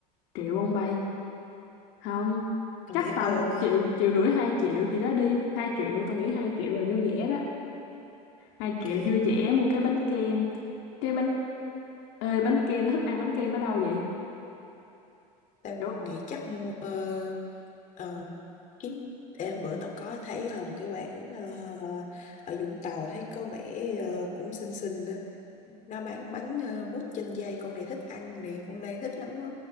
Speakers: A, on the left; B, on the left.
A: triệu ông bay không
B: Tao
A: chắc
B: nghĩ
A: tầm
B: hơn á.
A: triệu triệu rưỡi hai triệu gì đó đi hai triệu tao nghĩ hai triệu là vui vẻ đó hai
B: Ok,
A: triệu vui vẻ mua cái bánh kem cái bánh ê bánh kem nó thích ăn bánh kem ở đâu vậy
B: tao nghĩ
A: Ủa
B: chắc mua ờ, ờ, kiếm Em bữa tao có thấy ờ, một cái quán ờ, ở Vũng Tàu thấy có vẻ ờ, cũng xinh xinh đó. Nó bán bánh ờ, mút chanh dây, con này thích ăn nè, con Lan thích lắm á.